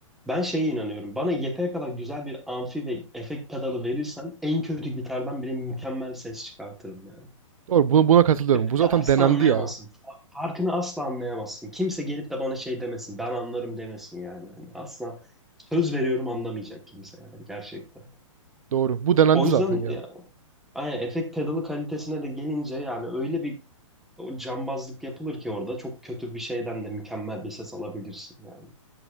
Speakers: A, in the centre; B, on the right (about 80°).
A: ben şeye inanıyorum. Bana yeter kadar güzel bir amfi ve efekt pedalı verirsen en kötü gitardan bile mükemmel ses çıkartırım yani.
B: Doğru. Buna, buna katılıyorum.
A: Ve
B: Bu zaten
A: ve asla
B: denendi
A: anlayamazsın.
B: ya.
A: Fa- Farkını asla anlayamazsın. Kimse gelip de bana şey demesin. Ben anlarım demesin yani. Hani asla söz veriyorum anlamayacak kimse yani gerçekten.
B: Doğru. Bu denendi
A: O
B: zaten
A: yüzden
B: ya.
A: ya, aynen, efekt pedalı kalitesine de gelince yani öyle bir o cambazlık yapılır ki orada çok kötü bir şeyden de mükemmel bir ses alabilirsin yani.